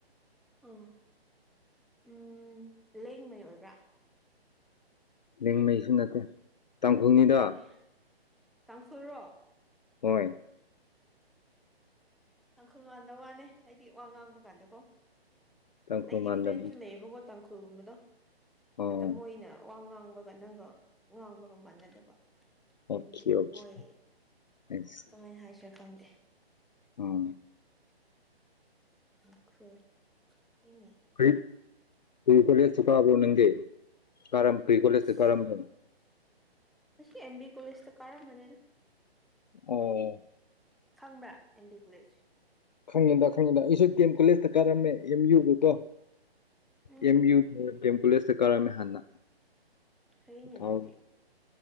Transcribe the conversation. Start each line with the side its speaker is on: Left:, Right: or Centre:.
Centre: ꯑꯥ ꯎꯝ ꯂꯦꯡꯃꯩ ꯑꯣꯏꯕ꯭ꯔꯥ꯫
Left: ꯂꯦꯡꯃꯩꯁꯨ ꯅꯠꯇꯦ ꯇꯥꯡꯈꯨꯜꯅꯤꯗ꯫
Centre: ꯑꯣꯏ ꯇꯥꯡꯈꯨꯜꯔꯣ
Left: ꯍꯣꯏ꯫
Centre: ꯇꯥꯡꯈꯨꯜ ꯃꯥꯟꯗꯕ ꯋꯥꯅꯦ꯫ ꯍꯥꯏꯗꯤ ꯋꯥ ꯉꯥꯡꯕ ꯀꯥꯟꯗꯀꯣ
Left: ꯇꯥꯡꯈꯨꯜꯃꯥꯟꯗꯕꯤ
Centre: ꯑꯩꯒꯤ ꯐ꯭ꯔꯦꯟꯁꯨ ꯂꯩꯌꯦꯕꯀꯣ ꯇꯥꯡꯈꯨꯜꯒꯨꯝꯕꯗꯣ꯫
Left: ꯑꯣ
Centre: ꯑꯗ ꯃꯣꯏꯅ ꯋꯥ ꯉꯥꯡꯕꯒ ꯅꯪꯒ ꯉꯥꯡꯕꯒ ꯃꯥꯟꯅꯗꯕ꯫
Left: ꯑꯣꯀꯦ
Centre: ꯍꯥꯏꯗꯤ
Left: ꯑꯣꯀꯦ
Centre: ꯃꯣꯏ
Left: ꯑꯥꯏ
Centre: ꯀꯃꯥꯏꯅ ꯍꯥꯏꯁꯤꯔ ꯈꯪꯗꯦ꯫
Left: ꯎꯝ꯫
Centre: ꯇꯥꯡ <unintelligible> ꯑꯩꯅꯤ
Left: ꯀꯔꯤ ꯀꯔꯤ ꯀꯣꯂꯦꯖꯇ ꯀꯥꯕ꯭ꯔꯣ ꯅꯪꯗꯤ ꯀꯥꯔꯝꯕ ꯀꯔꯤ ꯀꯣꯂꯦꯖꯇ
Centre: ꯑꯁ
Left: ꯀꯥꯔꯝꯕꯅꯣ
Centre: ꯑꯁꯤ ꯑꯦꯝ ꯕꯤ ꯀꯣꯂꯦꯖꯇ ꯀꯥꯔꯝꯕꯅꯤꯗ꯫
Left: ꯑꯣ꯫
Centre: ꯈꯪꯕ꯭ꯔꯥ ꯑꯦꯝ ꯕꯤ ꯀꯣꯂꯦꯖ꯫
Left: ꯈꯪꯉꯦꯗ ꯈꯪꯉꯦꯗ ꯑꯩꯁꯨ ꯗꯤ ꯑꯦꯝ ꯀꯣꯂꯦꯖꯇ ꯀꯥꯔꯝꯃꯦ ꯑꯦꯝ ꯌꯨꯒꯤꯗꯣ꯫
Centre: ꯎꯝ
Left: ꯑꯦꯝ ꯌꯨ ꯗꯤ ꯑꯦꯝ ꯀꯣꯂꯦꯖꯇ ꯀꯥꯔꯝꯃꯦ ꯍꯥꯟꯅ
Centre: ꯐꯩꯅꯦ
Left: ꯊꯥꯎ
Centre: ꯑꯗꯨꯗꯤ